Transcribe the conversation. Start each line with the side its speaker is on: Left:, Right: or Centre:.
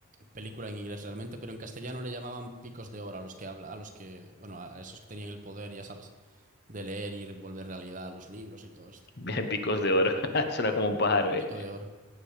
Right: película en inglés realmente, pero en castellano le llamaban picos de oro a los que habla, a los que, bueno, a esos que tenían el poder, ya sabes, de leer y volver realidad a los libros y todo esto.
Left: <laughs> Picos de oro. <laughs> Suena como un pájaro, ¿eh?
Right: Pico de oro.